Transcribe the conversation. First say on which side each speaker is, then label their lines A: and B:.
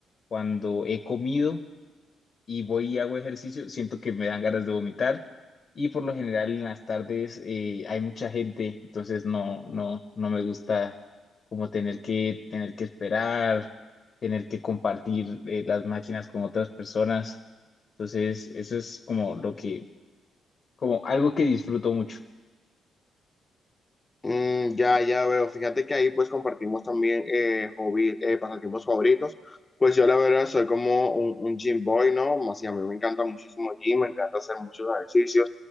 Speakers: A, on the left; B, on the left.
A: cuando he comido y voy y hago ejercicio, siento que me dan ganas de vomitar y por lo general en las tardes eh, hay mucha gente, entonces no, no, no me gusta como tener que, tener que esperar, tener que compartir eh, las máquinas con otras personas. Entonces, eso es como lo que, como algo que disfruto mucho.
B: Mm, ya, ya veo. Fíjate que ahí pues compartimos también eh, hobby, eh, pasatiempos favoritos. Pues yo la verdad soy como un, un gym boy, ¿no? Así a mí me encanta muchísimo el gym, me encanta hacer muchos ejercicios.